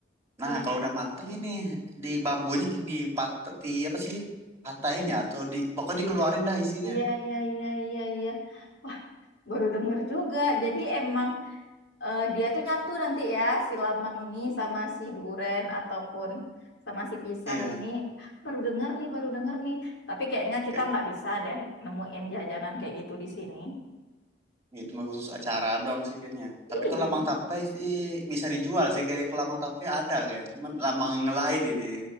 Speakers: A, on the left; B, on the right.
A: Wah,
B: nah kalau udah mateng ini di bambunya di pat, di apa sih patahin ya atau di pokoknya dikeluarin dah isinya
A: Iya, iya, iya, iya, iya. Wah, baru denger juga. Jadi emang eh, dia tuh nyatu nanti ya, si lambang ini sama si duren ataupun sama si pisang
B: iya
A: ini. Baru denger nih, baru denger nih. Tapi kayaknya kita
B: kayak
A: nggak bisa deh nemuin jajanan kayak gitu di sini.
B: Ya, itu mah khusus acara dong sih kayaknya. Tapi
A: Iya.
B: kalau lamang tape sih bisa dijual sih kayaknya kalau lamang tape ada kayak. Cuman lamang yang lain deh,